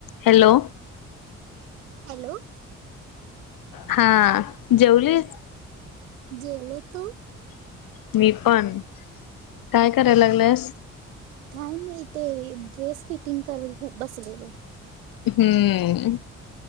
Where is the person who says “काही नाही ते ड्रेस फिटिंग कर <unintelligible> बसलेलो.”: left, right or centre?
Right